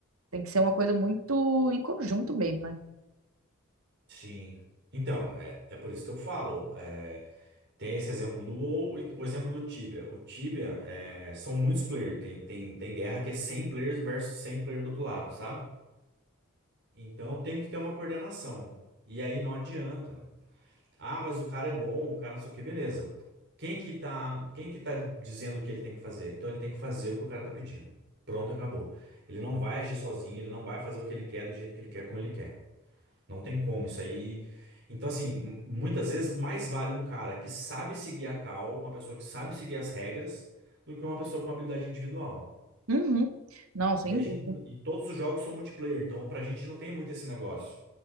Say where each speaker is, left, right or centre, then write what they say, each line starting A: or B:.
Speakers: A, on the right; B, on the right.
A: Tem que ser uma coisa muito em conjunto mesmo, né?
B: Sim. Então, é, é por isso que eu falo. é, tem esse exemplo do WoW e o exemplo do Tibia. O Tibia é, são muitos players. Tem, tem, tem guerra que é 100 players versus 100 players do outro lado, sabe? Então tem que ter uma coordenação. E aí não adianta. Ah, mas o cara é bom, o cara não sei o que, beleza. Quem que tá, quem que tá dizendo o que ele tem que fazer? Então ele tem que fazer o que o cara tá pedindo. Pronto, acabou. Ele não vai agir sozinho, ele não vai fazer o que ele quer do jeito que ele quer, como ele quer. Não tem como, isso aí. Então, assim, m- muitas vezes mais vale um cara que sabe seguir a cal, uma pessoa que sabe seguir as regras, do que uma pessoa com habilidade individual.
A: Uhum. Não, sem
B: E a gente,
A: dúvida.
B: e todos os jogos são multiplayer, então pra gente não tem muito esse negócio.